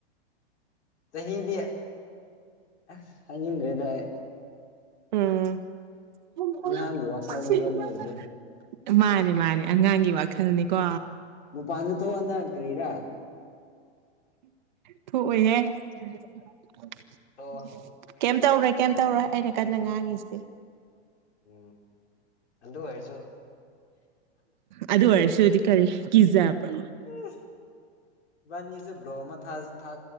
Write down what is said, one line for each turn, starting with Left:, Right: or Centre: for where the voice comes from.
Left: ꯆꯍꯤꯗꯤ ꯑꯁ ꯍꯥꯏꯅꯤꯡꯗ꯭ꯔꯦꯗ ꯑꯩ
Right: ꯎꯝ <unintelligible>
Left: ꯑꯉꯥꯡꯒꯤ ꯋꯥꯈꯜꯅꯦꯕ ꯅꯣꯏꯒꯤꯗꯣ
Right: ꯃꯥꯅꯦ ꯃꯥꯅꯦ ꯑꯉꯥꯡꯒꯤ ꯋꯥꯈꯜꯅꯦꯀꯣ
Left: ꯃꯄꯥꯟꯗ ꯊꯣꯛꯑꯣ ꯅꯪ ꯀꯥꯔꯤꯔꯥ
Right: ꯊꯣꯛꯑꯣꯏꯍꯦ <unintelligible>
Left: ꯊꯣꯛꯑꯣ
Right: ꯀꯩꯝ ꯇꯧꯔꯣꯏ ꯀꯩꯝ ꯇꯧꯔꯣꯏ ꯑꯩꯅ ꯀꯟꯅ ꯉꯥꯡꯉꯤꯁꯤꯗꯤ
Left: ꯎꯝ ꯑꯗꯨ ꯑꯣꯏꯔꯁꯨ
Right: ꯑꯗꯨ ꯑꯣꯏꯔꯁꯨꯗꯤ ꯀꯔꯤ ꯀꯤꯖꯥꯕ꯭ꯔꯣ
Left: <unintelligible> ꯏꯕꯥꯅꯤꯁꯨ ꯕ꯭ꯂꯣ ꯑꯃ ꯊꯥꯁ ꯊꯥ